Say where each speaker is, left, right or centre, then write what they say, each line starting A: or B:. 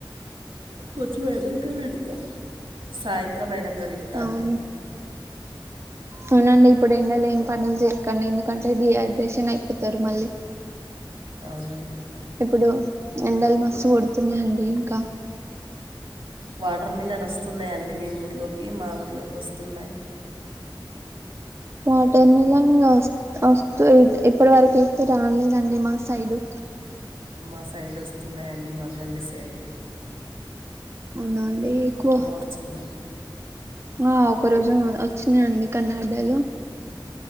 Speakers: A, on the right; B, on the right.
A: కొంచెం ఎండ అయినాక పిండుతా సాయంత్రం అయినా పిండుతాంది
B: అవును అవునండి ఇప్పుడు ఎండలు ఏం పనులు చేయకండి ఎందుకంటే డిహైడ్రేషన్ అయిపోతారు మళ్ళీ
A: అవునండి
B: ఇప్పుడు ఎండలు మస్తు కొడుతున్నాయండి ఇంకా
A: వాటర్ మిలన్ వస్తున్నాయండి మీ ఊర్లోకి మా ఊర్లోకి వస్తున్నాయి
B: వాటర్ మిలన్ వ వస్త ఇప్పటి వరకుయితే రాలేదండి మా సైడు
A: మా సైడు వస్తున్నాయండి మా గల్లి సైడు
B: అవున అండి ఎక్కువ
A: వచ్చిందండి
B: ఆ ఒక రోజు ఉ వచ్చినా అండి కన్నడలో